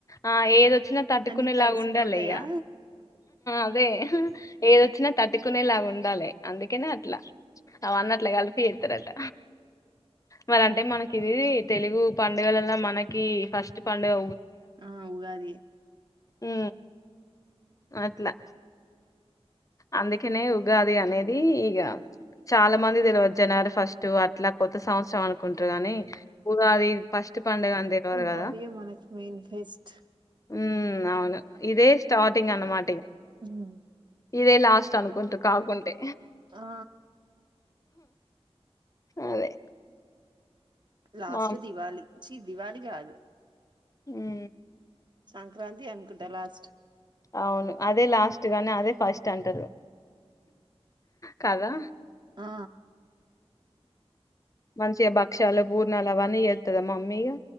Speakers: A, on the left (about 30°); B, on the right (about 45°).
A: ఆ ఏదొచ్చినా తట్టుకునేలా
B: అన్ని కలిసిపోతాయా
A: ఉండాలి ఇగ అదే ఏదొచ్చినా తట్టుకునేలాగా ఉండాలి అందుకేనే అట్లా అవ అన్నట్లా కలిపి ఇస్తారట మరి అంటే మనకి ఇది తెలుగు పండుగలలో మనకి ఫస్ట్ పండుగ
B: ఆ ఉగాది
A: ఉ అట్లా అందుకనే ఉగాది అనేది ఇగ చాలా మంది తెలివదు జనవరి ఫస్ట్ అట్లా కొత్త సంవత్సరం కుంటరు గానీ ఉగాది ఫస్ట్ పండుగ అని తెలువదు
B: ఉగాదియే
A: కదా
B: మనకు మెయిన్ ఫెస్ట్
A: ఉ అవును ఇదే స్టార్టింగ్ అన్నమా
B: మ్
A: ఇదే లాస్ట్ అనుకుంటు కాకుంటే
B: ఆ
A: అదే
B: లాస్ట్
A: మా
B: దివాళి చీ దివాళికి కాదు
A: మ్
B: సంక్రాంతి అనుకుంటా లాస్ట్
A: అవును అదే లాస్ట్ గానీ అదే ఫస్ట్ అంటరు కదా
B: ఆ
A: మంచిగా భక్షాలు పూర్ణాలు అవన్నీ చెత్తదా మమ్మీ ఇగ